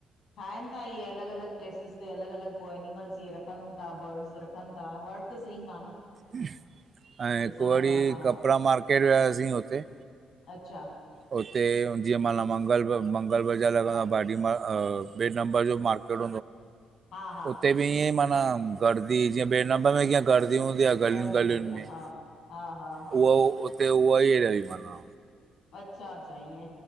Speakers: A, on the left; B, on the right.
A: ठाहिनि था इहे अलग-अलग प्लेसिस। उ अलग-अलग पोइ एनिमल्स इ रखनि था बर्ड्स रखनि था। वर्थ सिंग आह न।
B: ऐं हिकु
A: ॾिसण
B: वड़ी,
A: सां हा
B: कपिड़ा मार्केट वियासीं हुते
A: अच्छा।
B: हुते जीअं माना मंगल, मंगल बजार लॻंदो आहे भाडीर ॿिए नंबर जो मार्केट।
A: हा हा
B: उते बि ईअं माना गर्दी जीअं ॿे नम्बर में ईंय। गर्दी हूंदी आहे गलियूं
A: गर्दी
B: गलियुनि
A: हूंदी
B: में,
A: आहे हा हा हा हा
B: उहा उते उहा ई अहिड़ी मना।
A: अच्छा- अच्छा ईएंं।